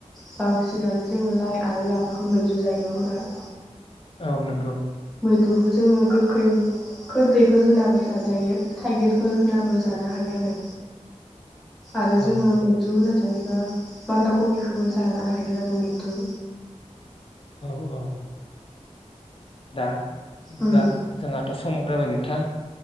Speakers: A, in the centre; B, on the left.
A: बांसिनानो जोङो लाय आरो लाफाखो मैद्रु जायो नङा होनबा?
B: औ नंगौ।
A: मैद्रुखो जोङो गोखै खोरदैफोर होनाबो जाजायो थाइगिरफोर होनाबो जानो हायो आरो। आरो
B: औ
A: जोङो मैद्रु होनना जायोबा बान्दा खबिखोबो जानो हायो आरो मैद्रु।
B: औ-औ। दा। अब्ला
A: उम
B: जोंहाथ' स समाबो जाबाय नोंथां।